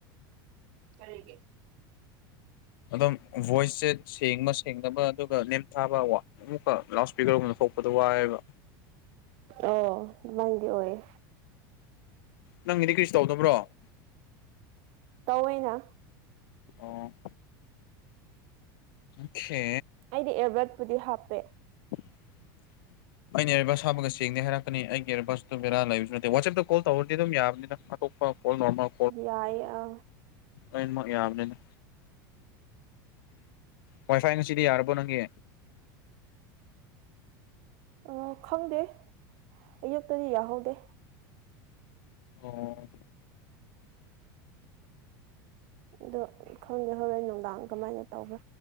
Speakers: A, on the right; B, on the left.
A: ꯀꯔꯤꯒꯤ
B: ꯑꯗꯨꯝ ꯚꯣꯏꯁꯁꯦ ꯁꯦꯡꯕ ꯁꯦꯡꯗꯕ ꯑꯗꯨꯒ ꯅꯦꯝꯊꯥꯕ ꯋꯥ ꯑꯃꯨꯛꯀ ꯂꯥꯎꯠ ꯁ꯭ꯄꯤꯀꯔꯒꯨꯝ ꯂꯧꯊꯣꯛꯄꯗ ꯋꯥꯏꯌꯦꯕ
A: ꯑꯣ ꯑꯗꯨꯃꯥꯏꯅꯗꯤ ꯑꯣꯏꯌꯦ
B: ꯅꯪꯒꯤꯗꯤ ꯀꯔꯤꯁꯨ ꯇꯧꯗꯕ꯭ꯔꯣ
A: ꯇꯧꯋꯦꯅ
B: ꯑꯣ ꯑꯣꯈꯦ
A: ꯑꯩꯗꯤ ꯑꯦꯌꯔꯕ꯭ꯔꯦꯠ ꯄꯨꯗꯤ ꯍꯥꯞꯄꯦ
B: <inaudible> ꯑꯩꯅ ꯏꯌꯔꯚꯁ ꯍꯥꯞꯕꯒ ꯁꯦꯡꯗꯦ ꯍꯥꯏꯔꯛꯀꯅꯤ ꯑꯩꯒꯤ ꯏꯌꯔꯚꯁꯇꯣ ꯕꯔꯥ ꯂꯩꯕꯁꯨ ꯅꯠꯇꯦ ꯋꯥꯆꯦꯞꯇ ꯀꯣꯜ ꯇꯧꯔꯗꯤ ꯑꯗꯨꯝ ꯌꯥꯕꯅꯤꯗ ꯇꯣꯞꯄ ꯀꯣꯜ ꯅꯣꯔꯃꯦꯜ
A: ꯌꯥꯏꯌꯦ ꯑ
B: ꯑꯅꯤꯃꯛ ꯌꯥꯕꯅꯤꯗ ꯋꯥꯏ ꯐꯥꯏ ꯉꯁꯤꯗꯤ ꯌꯥꯔꯕꯣ ꯅꯪꯒꯤ
A: ꯑ ꯈꯪꯗꯦ ꯑꯌꯨꯛꯇꯗꯤ ꯌꯥꯍꯧꯗꯦ
B: ꯑꯣ
A: ꯑꯗꯨ ꯈꯪꯗꯦ ꯍꯣꯔꯦꯟ ꯅꯨꯡꯗꯥꯡ ꯀꯃꯥꯏꯅ ꯇꯧꯕ꯭ꯔꯥ